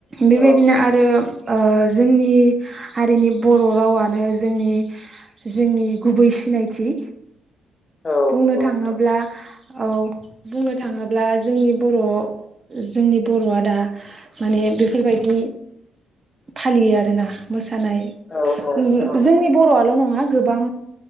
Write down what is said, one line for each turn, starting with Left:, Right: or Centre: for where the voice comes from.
Right: बेबायदिनो
Left: औ
Right: आरो ओ जोंनि हारिनि बर' रावानो जोंनि जोंनि गुबै सिनायथि
Left: औ
Right: बुंनो थाङोब्ला
Left: नोंथां
Right: औ बुंनो थाङोब्ला जोंनि बर' जोंनि बर'आ दा माने बेफोरबायदि फालियो आरोना थानाय
Left: औ औ
Right: जोंनि
Left: नोंथां औ
Right: बर'आल' नङा गोबां